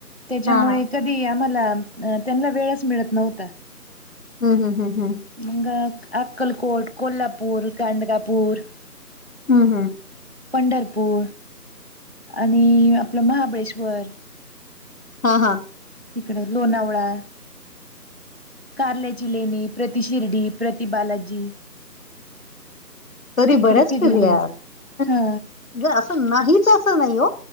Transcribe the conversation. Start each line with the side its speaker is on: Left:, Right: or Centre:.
Right: त्याच्यामुळे
Left: हा हा
Right: कधी आम्हाला, त्यांना वेळच मिळत नव्हता.
Left: हूं हूं हूं हूं!
Right: मंग अक्कलकोट, कोल्हापूर, गांडगापूर
Left: हूं हूं!
Right: पंढरपूर आणि आपलं महाबळेश्वर.
Left: हा हा!
Right: तिकड लोणावळा. कार्ल्याची लेणी, प्रति शिर्डी, प्रति बालाजी.
Left: तरी
Right: इकडे
Left: बऱ्याच
Right: फिरली
Left: फिरल्या आहात,
Right: हा
Left: जे असं नाहीच असं नाही हो.